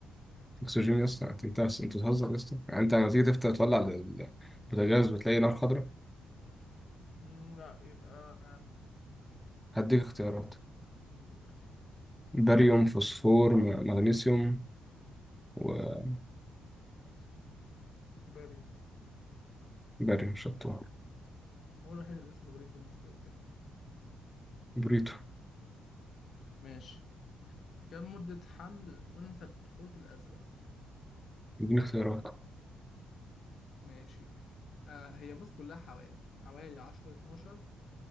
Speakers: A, in the centre; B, on the left (about 55°).
A: اكسجين يا اسطى انت انت انت بتهزر يا اسطى يعني انت لما تيجي تفتح تولع ال- البوتاجاز بتلاقي نار خضراء
B: مم، لا يبقى
A: هديك اختيارات
B: اديني اختيار
A: باريوم فوسفور م- مغنيسيوم وكالسيوم
B: باريوم
A: باريوم شطوة
B: هو الوحيد اللي اسمه غريب بالنسبة لي
A: بريتو
B: <laughs> ماشي كم مدة حمل أنثى الحوت الأزرق
A: اديني اختيارات
B: ماشي آه هي بص كلها حوالي حوالي 10 12